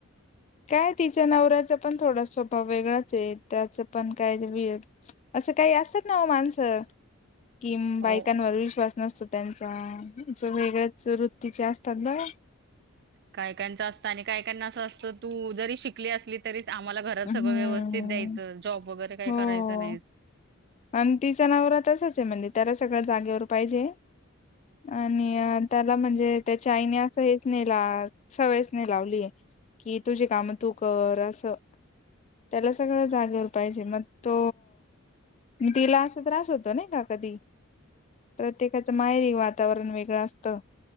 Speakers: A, on the left; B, on the right.
A: काय तिच्या नवऱ्याचा पण थोडा स्वभाव वेगळा त्याच पण काय व असं काही असतात ना माणसं कि बायकांवर
B: हो.
A: विश्वास नसतो त्यांचा वेगळ्याच वृत्तीचे असतात ना
B: कायकच असतं आणि कायकना असं असतं तू जरी शिकली असली तरी आम्हाला घरात
A: हम्म.
B: सगळं व्यवस्थित द्यायचं जॉब वगैरे काही
A: हो.
B: करायचं नाही
A: आणि तिच नावर तसच आहे म्हणजे त्याला सगळ्या जागेवर पाहिजे आणि त्याला म्हणजे त्याच्या आईने अस हेच ने सवयच न लावलीय कि तुझी काम तू कर अस त्याला सगळं जागेवर पाहिजे मग तो तिला असं त्रास होतो नाही का कधी प्रत्येकाचं माहेरी वातावरण वेगळं असतं